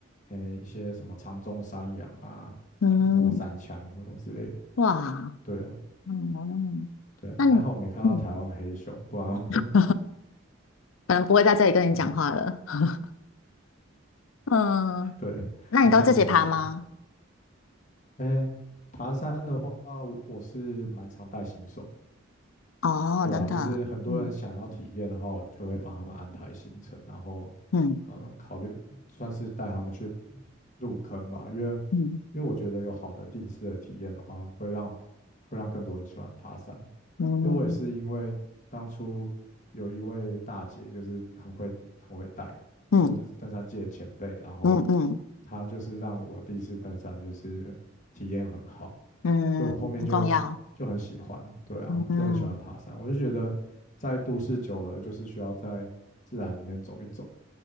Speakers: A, on the left; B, on the left.
A: 诶一些什么长鬃山羊啊，
B: 嗯，
A: 然后山羌什么之类的。
B: 哇，
A: 对啊。
B: 嗯，
A: 对，
B: 那你嗯，
A: 还好没看到台湾黑熊，不然我
B: <laughs> 可能不会在这里跟你讲话了。
A: <laughs> 真的
B: <laughs> 嗯，
A: 对会上新闻。
B: 那你都自己爬吗？
A: 哎，爬山的话，我我是蛮常带新手的，
B: 哦，
A: 对啊，
B: 真的，
A: 就是很多人想要体验的话，
B: 嗯
A: 我就会帮他们安排行程，然后
B: 嗯
A: 嗯，考虑算是带他们去入坑吧，因为
B: 嗯
A: 因为我觉得有好的第一次的体验的话，会让会让更多人喜欢爬山。
B: 嗯
A: 因为我也是因为当初有一位大姐，就是很会很会带，
B: 嗯
A: 算是登山界的前辈，然后
B: 嗯嗯。
A: 她就是让我第一次登山就是体验很好，
B: 嗯，
A: 所以我后面就就很喜欢，
B: 很重要。
A: 对啊，
B: 嗯
A: 就很喜欢爬山。我就觉得在都市久了，就是需要在自然里面走一走，